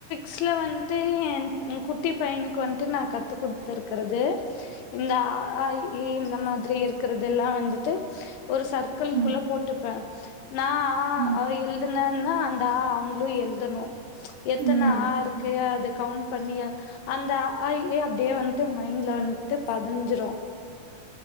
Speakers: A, on the left (about 80°); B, on the right (about 50°).
A: ஸ்ல வன்டு என் உ குட்டி பையனுக்கு வன்ட்டு நா கத்து குட்த்ருக்குறது இந்த ஆ ஆய் ந்த மாத்ரி இருக்கறது எல்லா வந்துட்டு ஒரு சர்க்குள்
B: ம்
A: குள்ள போட்டுப்ப நா ஆ
B: ம்
A: அவ எல்த் <unintelligible> அந்த ஆ அவ்ங்களு எழுதணு எத்தன
B: ம்
A: ஆருக்கு அது கவுண் பண்ணி அந்த ஆ அப்டியே வன்ட்டு மைண்ட்ல வன்ட்டு பதுஞ்சுரு